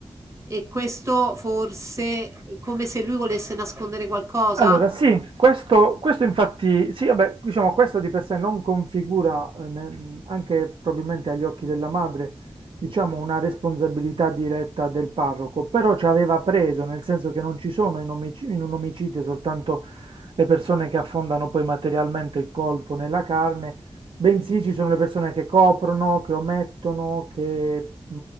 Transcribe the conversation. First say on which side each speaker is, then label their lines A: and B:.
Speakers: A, on the right (about 30°); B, on the right (about 60°).
A: E questo forse è come se lui volesse nascondere qualcosa
B: Allora sì, questo questo infatti sì, vabbè, diciamo questo di per sé non configura, eh, ne- anche probabilmente agli occhi della madre, diciamo una responsabilità diretta del parroco, però ci aveva preso, nel senso che non ci sono in, omic- in un omicidio soltanto le persone che affondano poi materialmente il colpo nella carne, bensì ci sono le persone che coprono, che omettono, che mh,